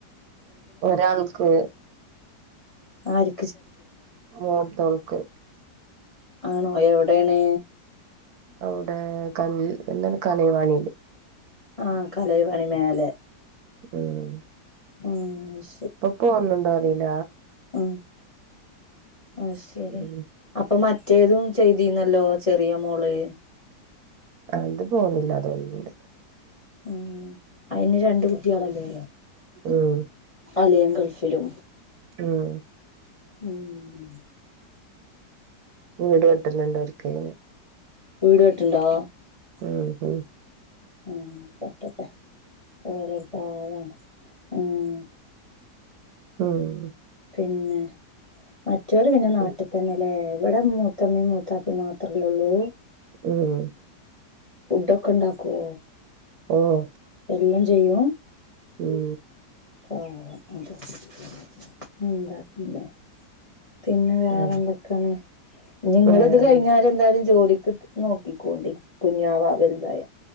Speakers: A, on the right; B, on the left.
A: ഒരാൾക്ക്.
B: ആര്
A: മൂത്തോൾക്ക്
B: ആണോ എവിടേണ്?
A: അവിടെ കൽ എന്താണ് കലയ് വാണീല്
B: ആഹ് കലൈ വാണി മേലെ
A: മ്ഹ്
B: <unintelligible>
A: ഒക്കെ വന്നുണ്ടാ മിന
B: ആഹ് ആഹ് ശരി
A: ഉം
B: അപ്പൊ മ മറ്റേതും ചെയ്തിന്നല്ലോ ചെറിയ മോള്
A: അത് പോണില്ല തൊന്ന്ണ്ട്
B: ഉം അയിന് രണ്ട് കുട്ടിയളല്ലേ
A: ഉം
B: അളിയൻ ഗൾഫിലും
A: ആഹ്
B: ഉം
A: വീട് കെട്ട്ന്ന്ണ്ട് ക്കെ
B: വീട് കേട്ടുണ്ടോ
A: ആഹ് ആഹ്
B: ഉം കെട്ടട്ടെ ഓള് ഒരു പാവാണ് ആഹ്
A: ആഹ്
B: പിന്നെ മ റോര് പിന്നെ നാട്ടിൽ
A: ഉം
B: തന്നെല്ലെ ഇവിടെ മൂത്തമ്മേ മൂത്താപ്പി മാത്രല്ലേള്ളൂ
A: ഉം
B: ഫുഡൊക്കെണ്ടാക്കോ?
A: ഓഹ്
B: എല്ലം ചെയ്യും
A: ഉം
B: ഓഹ് അ <unintelligible> എന്താക്ക്ന്നേ പിന്നെ വേറെന്തെക്കെണ്
A: ആഹ്
B: ഞ്ഞ് ങ്ങള്ത്
A: വേറെന്താ
B: കയ്ഞ്ഞാല് എന്തായാലും ജോലി നോക്കിക്കോണ്ടി കുഞ്ഞാവ വൽതായ